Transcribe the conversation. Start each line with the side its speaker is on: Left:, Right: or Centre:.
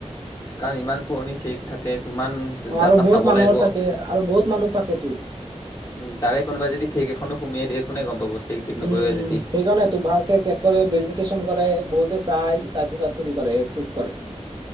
Left: কাৰণ ইমান পুৰণি চেক থাকে, কিমান
Right: অ'
Left: ডাটা
Right: আৰু বহুত
Left: চাব
Right: মানুহৰ
Left: লাগিব
Right: থাকে আৰু বহুত মানুহ থাকেতো
Left: উ তাৰে কোনোবাই যদি ফেক এখনো সুমিয়াই দিয়ে কোনে গ'ম পাব, চে'ক টে'ক
Right: উম
Left: নকৰে
Right: উম
Left: যদি?
Right: সেইকাৰণেতো ভালকে চেক কৰে ভেৰিফিকেশ্যন কৰে বহুতে চাই তাৰপিছত অ' কি কৰে এপ্ৰুভ কৰে।